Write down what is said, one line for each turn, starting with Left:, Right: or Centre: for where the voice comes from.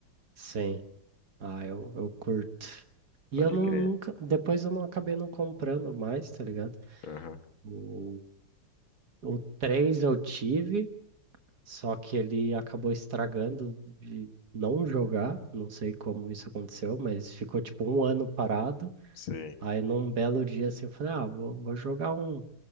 Right: Sim, ah, eu, eu curto.
Left: Pode
Right: E eu não,
Left: crer.
Right: nunca. Depois eu não acabei não comprando mais, tá ligado?
Left: Aham.
Right: O, o 3 eu tive, só que ele acabou estragando de não jogar. Não sei como isso aconteceu, mas ficou tipo um ano parado.
Left: Sei.
Right: Aí num belo dia assim, eu falei, ah, vou, vou jogar um